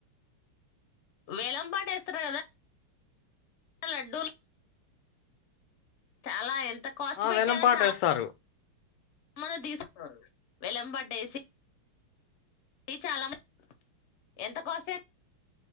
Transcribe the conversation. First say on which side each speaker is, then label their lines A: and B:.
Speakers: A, on the left; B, on the left.
A: వేలం పాటేస్తారు కదా లడ్డూలు చాలా ఏ ల్ అంత కాస్ట్
B: ఆ
A: పెట్టారా
B: వేలం పాట
A: చాలా
B: వేస్తారు
A: మల తీసు కుంటారు వేలం పాటేసి ది చాలా మం ఎంత కాస్ట్ే